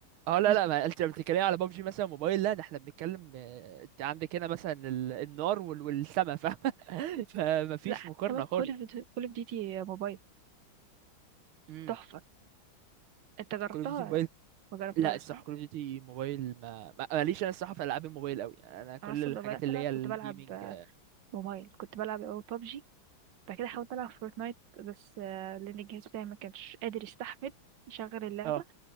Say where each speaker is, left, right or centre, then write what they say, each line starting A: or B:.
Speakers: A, on the right; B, on the right.
A: اه لا
B: ببجي.
A: لا ما انت لما بتتكلمي على بابجي مثلا موبايل لا ده احنا بنتكلم آه، انت عندك هنا مثلا ال... النار وال... والسما فاهمة <laughs> فمفيش
B: لا حتى
A: مقارنة
B: كمان
A: خالص
B: كول اوف كول اوف ديوتي موبايل
A: امم
B: تحفة انت جربتها
A: كول اوف ديوتي
B: ولا
A: موبايل
B: ما جربتهاش
A: لا الصراحة
B: صح؟
A: كول اوف ديوتي موبايل ما ما- ماليش انا الصراحة في العاب الموبايل قوي انا كل
B: انا اصلا
A: الحاجات
B: لما بدأت
A: اللي
B: العب
A: هي الجيمنج
B: كنت بلعب موبايل كنت بلعب اول بابجي بعد كده حاولت العب فورتنايت بس آه، لان الجهاز بتاعي ما كانش قادر يستحمل يشغل اللعبة
A: اه